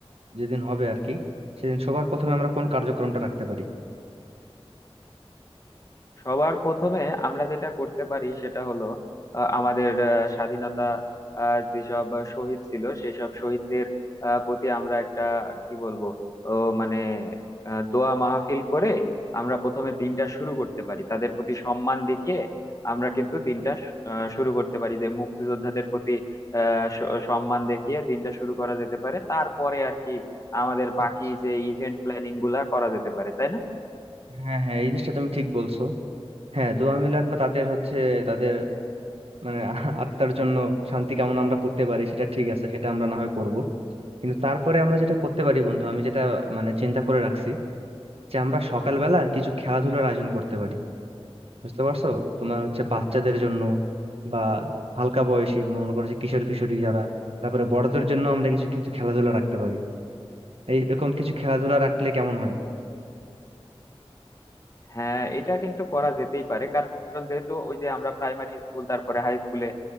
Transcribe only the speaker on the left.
সবার প্রথমে আমরা যেটা করতে পারি সেটা হলো আহ, আমাদের আহ, স্বাধীনতা আহ, যেসব শহীদ ছিল সেই সব শহীদদের আহ, প্রতি আমরা একটা কি বলবো ও মানে আহ, দোয়া মাহফিল করে আমরা প্রথমে দিনটা শুরু করতে পারি তাদের প্রতি সম্মান দেখিয়ে আমরা কিন্তু দিনটা আহ, শুরু করতে পারি যে মুক্তিযোদ্ধাদের প্রতি আহ, স- সম্মান দেখিয়ে দিনটা শুরু করা যেতে পারে তারপরে আর কি আমাদের বাকি
যে ইভেন্ট প্ল্যানিং গুলা করা যেতে পারে তাই না
হ্যাঁ এটা কিন্তু করা যেতেই পারে কারণ যেহেতু ওই যে আমরা প্রাইমারি স্কুল তারপরে হাই স্কুলে